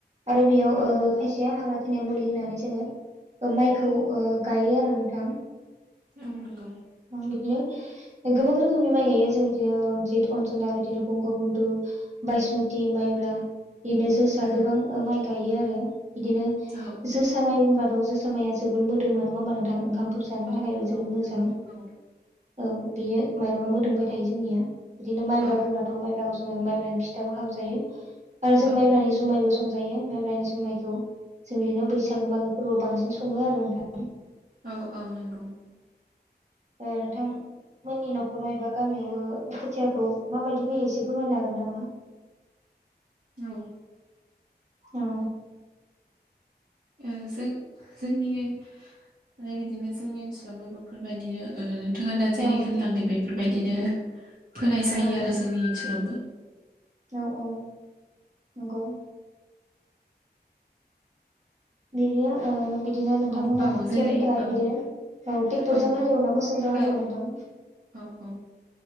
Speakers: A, on the right; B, on the right.
A: आरो बेयाव
B: औ
A: ओ खायसेया हाग्रा थैनाय मुलि होनानै जोङो ओ माइखौ ओ गायो आरो नोंथां।
B: औ नंगौ।
A: बिदिनो गोबां रोखोमनि माइ गायो जों बिदिनो रनजित अनजना बिदिनो बंगबन्धु बायसमति माइ ब्रा बिनो जोसा
B: उम
A: गोबां ओ माइ गायो आरो इदिनो
B: औ
A: जोसा माइ बुं बाथ' जोसा माइया जोबोद मोदोमो नङा होमबा नोंथां ओंखामफोर जानो
B: औ
A: थाखायबो
B: नंगौ
A: जोबोद मोजां।
B: नंगौ औ
A: औ बेयो माइरंआ मोदोमबाय थायो जोंनिया बिदिनो माइब्रा
B: औ
A: बुंब्लाथ' माइब्राखौ जोङो माइब्रानि फिथाबो हावजायो आरो जों
B: औ
A: माइब्रानि जुमायबो संजायो माइब्रानि जुमायखौ जों बिदिनो बैसागो मागो फोरबोआव बांसिन सङो आरो नोंथां।
B: औ औ नोंगौ
A: ए नोंथां मोननि न'खराव एबा गामियावबो खोथियाखौ माबायदि फैयो एसे फमायनो हागोन नामा?
B: औ
A: औ
B: ओ जों जोंनि फ्राय बिदिनो जोंनि ओनसोलावबो बेफोरबायदिनो ओ नोंथाङा दा जेरै
A: औ
B: होनलांदों बेफोरबायदिनो फोनाय जायो
A: औ
B: आरो जोंनि ओनसोलावबो।
A: औ औ नंगौ बिदिनो ओ बि दिनो नोंथांमोनहा
B: औ औ
A: खोथिफोनो
B: जेरै
A: थाखाय
B: औ
A: बिदिनो औ ट्रेक्टरजों
B: औ
A: हाल एवो ना मोसौजों
B: औ
A: हाल एवो नोंथां?
B: औ औ